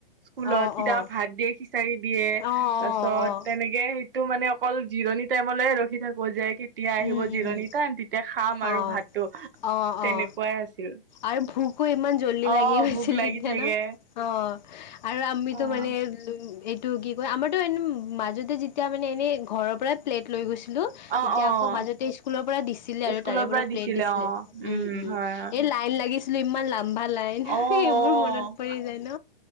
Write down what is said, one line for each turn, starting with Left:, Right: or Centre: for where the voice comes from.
Right: স্কুলত
Left: অ'
Right: কেতিয়াবা,
Left: অ'
Right: ভাত দিয়ে, খিচাৰি দিয়ে।
Left: অ'
Right: তাৰপিছত
Left: অ' অ'
Right: তেনেকে তো, মানে অকল জিৰণি টাইমলে ৰখি থাকো যে, কে কেতিয়া
Left: উম,
Right: আহিব
Left: উম,
Right: জিৰণি টাইম, তেতিয়া খাম
Left: অ'
Right: আৰু ভাত টো।
Left: অ'
Right: তেনেকুৱাই
Left: অ'
Right: আছিল।
Left: আৰু ভোকো ইমান জল্দি
Right: অ',
Left: লাগি গৈছিল
Right: ভোক লাগি
Left: তেতিয়া
Right: থাকে
Left: ন! অ'! আৰু আমিতো
Right: অ',
Left: মানে <unintelligible> এইটো কি কয়, আমাৰতো এনে মাজতে যেতিয়া মানে, এনেই ঘৰৰ পৰাই প্লেট লৈ গৈছিলোঁ।
Right: অ',
Left: তেতিয়া
Right: অ'।
Left: আকৌ মাজতে স্কুলৰ পৰা দিছিলে আৰু
Right: স্কুলৰ
Left: তাৰে পৰা প্লেট দিছিলে।
Right: অ',
Left: উম, উম,
Right: হয়, হয়,
Left: এই লাইন লাগিছিলোঁ। ইমান লাম্ভা লাইন।
Right: অ'
Left: সেইবোৰ মনত পৰি যায় ন